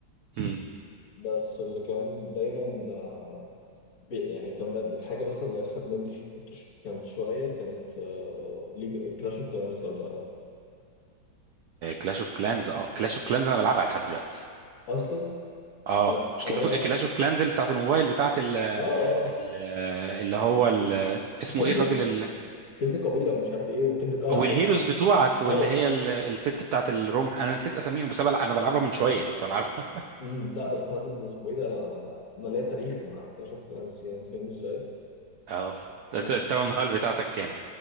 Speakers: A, on the right (about 80°); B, on the left (about 75°).
A: امم
B: بس اللي كان دايما آه، بي... يعني كان دايما الحاجه مثلا اللي خد مني ش... كنت ش... كانت شويه كانت آه... ليج كلاش اوف كلانس لو تعرف
A: كلاش اوف كلانز اه كلاش اوف كلانز انا بلعبها لحد دلوقتي
B: اصلا
A: اه
B: انا
A: مش
B: انا بعت
A: كلاش اوف كلانز اللي بتاعت الموبايل بتاعت ال
B: اه اه
A: ال- اللي هو ال اسمه
B: تبني
A: ايه الراجل ال
B: تبني قبيله ومش عارف ايه وتبني قلعه
A: والهيروز
B: قصدي
A: بتوعك واللي
B: ايوه
A: هي ال- الست بتاعت الرمح انا نسيت اساميهم بس أنا بلع- أنا بلعبها من شويه كنت بلعبها
B: أمم، لا بس انا اللي اسمه ايه ده انا انا أنا ليا تاريخ مع كلاش اوف كلانس يعني فاهم ازاي
A: <laughs> اه ده
B: وف-
A: انت التاون هال بتاعتك كام؟